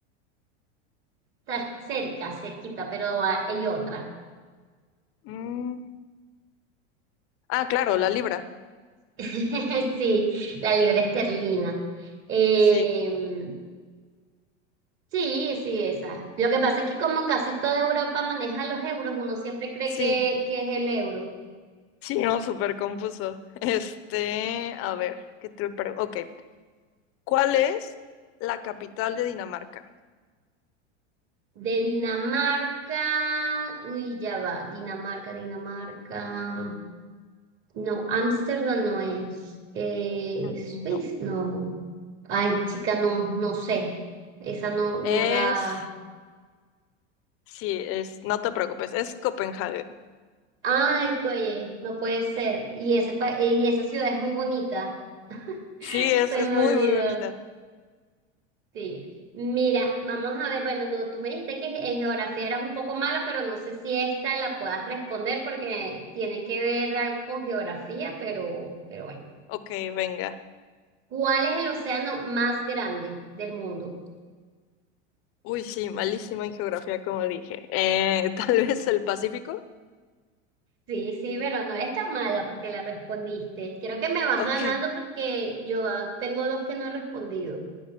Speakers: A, on the right; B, on the left.
A: Está cerca, cerquita, pero ha- hay otra.
B: Mm, ah, claro, la libra.
A: <laughs> Sí, la libra esterlina. Eh,
B: Sí,
A: sí, sí, esa. Lo que pasa es que como casi toda Europa maneja los euros, uno siempre cree
B: sí,
A: que, que es el euro.
B: sí, no, súper confuso. <laughs> Este, a ver, ¿qué te pregunto? Ok, ¿cuál es la capital de Dinamarca?
A: De Dinamarca, uy, ya va, Dinamarca, Dinamarca. No, Ámsterdam no es. Eh,
B: Mm,
A: Suiza,
B: No,
A: no. Ay, chica, no, no sé. Esa no, no
B: es
A: la.
B: Sí, es, no te preocupes, es Copenhague.
A: Ay, coye, no puede ser. Y ese esa, y esa ciudad es muy bonita. <laughs>
B: Sí, es,
A: Se
B: es
A: me
B: muy,
A: olvidó.
B: muy bonita.
A: Sí, mira, vamos a ver, bueno, no, tú me dijiste que en geografía eras un poco mala, pero no sé si esta la puedas responder porque tiene que ver algo con geografía, pero, pero bueno.
B: Ok, venga.
A: ¿Cuál es el océano más grande del mundo?
B: Uy, sí, malísima en geografía, como dije. Eh, <laughs> tal
A: <laughs>
B: vez el Pacífico.
A: Sí, sí, pero no es tan mala porque la respondiste. Creo que me vas
B: Ok,
A: ganando porque yo ah, tengo dos que no he respondido.